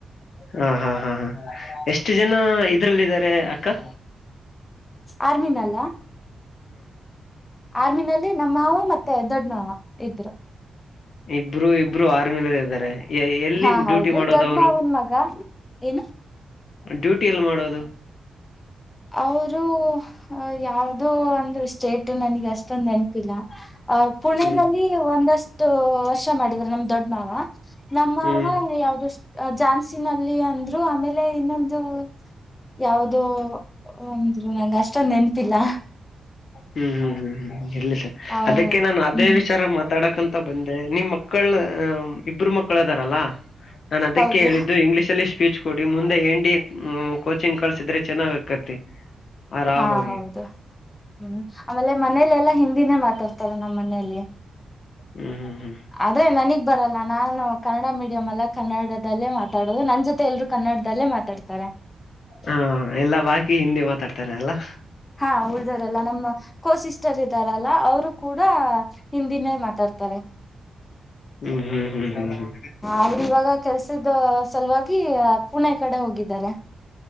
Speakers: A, on the left; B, on the left.
A: ಹಾ ಹಾ ಹಾ ಹಾ ಎಷ್ಟು ಜನ ಇದ್ರಲ್ಲಿದ್ದಾರೆ ಅಕ್ಕಾ
B: ಆರಮಿ ನಲ್ಲಾ ಆರ್ಮಿನಲ್ಲಿ ನಮ್ಮಮಾವ ಮತ್ತೆ ದೊಡ್ಡ ಮಾವ ಇಬ್ರು
A: ಇಬ್ರು ಇಬ್ರು ಆರ್ಮಿಲಲ್ಲ ಇದ್ದಾರೆ ಎಲ್ಲಿ
B: ಹಾ ಹೌದು
A: ಡ್ಯೂಟಿ ಮಾಡೋದು
B: ದೊಡ್ಡ
A: ಅವರು
B: ಮಾವನ ಮಗಾ ಏನು
A: ಡ್ಯೂಟಿ ಎಲ್ಲಿ ಮಾಡೋದು
B: ಅವರು ಅ ಯಾವ್ದೋ ಅಂದ್ರೆ ಸ್ಟೇಟ್ ನನಗೆ ಅಷ್ಟೊಂದ ನೆನಪಿಲ್ಲಾ ಅ ಪುಣೆದಲ್ಲಿ
A: ಹ್ಮ್
B: ಒಂದಷ್ಟು ವರ್ಷ ಮಾಡಿದ್ದಾರೆ ನಮ್ದ ದೊಡ್ಡ ಮಾವ ನಮ್ಮವ
A: ಹ್ಮ್
B: ಯಾವ್ದ ಜಾನ್ಸಿನಲ್ಲಿ ಅಂದ್ರು ಆಮೇಲೆ ಇನ್ನೊಂದು ಯಾವ್ದೋ ಒಂದ್ರು ನಂಗ್ ಅಷ್ಟೊಂದ ನೆನಪಿಲಾ
A: ಹ್ಮ್ ಹ್ಮ್ ಹ್ಮ್ ಹ್ಮ್ ಎಲ್ಲಿ ಸ
B: ಹೌದ
A: ಅದಕ್ಕೆ ನಾನ್ ಅದೇ
B: ಹ್ಮ್
A: ವಿಚಾರ ಮಾತಾಡಕಂತ ಮತ್ತ ಬಂದೆ ನಿಮ್ ಮಕ್ಕಳ ಇಬ್ರು ಮಕ್ಕಳ ಅದಾರಲ್ಲಾ ನಾನ್ ಅದಕ್ಕೆ
B: ಹೌದು
A: ಹೇಳಿದ್ದು ಇಂಗ್ಲೀಷ್ ಅಲ್ಲಿ ಫೀಚ್ ಕೊಡಿ ಮುಂದೆ ಎನ್ ಡಿ ಎ ಕೋಚಿಂಗ್ ಕಳಸಿದ್ರೆ ಚೆನ್ನಾಗ್ ಆಕತಿ ಆರಾಮಾಗಿ
B: ಹಾ ಹೌದು ಹ್ಮ್ ಆಮೇಲೆ ಮನೇಲೆಲ್ಲಾ ಹಿಂದಿನೇ ಮಾತಾಡ್ತಾರೆ ನಮ್ಮ್ ಮನೇಲಿ
A: ಹ್ಮ್ ಹ್ಮ್ ಹ್ಮ್
B: ಆದೆ ನನಗ್ ಬರಲ್ಲ ನಾನು ಕನ್ನಡ ಮೀಡಿಯಂ ಅಲ್ಲಾ ಕನ್ನಡದಲ್ಲೇ ಮಾತಾಡೋದು ನನ್ ಜೊತೆ ಎಲ್ರರು ಕನ್ನಡದಲ್ಲೇ ಮಾತಾಡ್ತಾರೆ
A: ಹಾ ಎಲ್ಲಾ ಬಾಕಿ ಹಿಂದಿ ಮಾತಾಡ್ತಾರ ಅಲ್ಲಾ
B: ಹಾ ಉಳ್ದಾರಲ್ಲ ನಮ್ಮ ಕೋ ಸಿಸ್ಟರ್ ಇದ್ದಾರಲ್ಲ ಅವರು ಕೂಡ ಹಿಂದಿನೇ ಮಾತಾಡ್ತಾರೆ
A: ಹ್ಮ್ ಹ್ಮ್ ಹ್ಮ್ ಹ್ಮ್ ಹ್ಮ್
B: ಅವ್ರ ಇವಾಗ ಕೆಲ್ಸದ ಸಲುವಾಗಿ ಪುಣೆ ಕಡೆ ಹೋಗಿದ್ದಾರೆ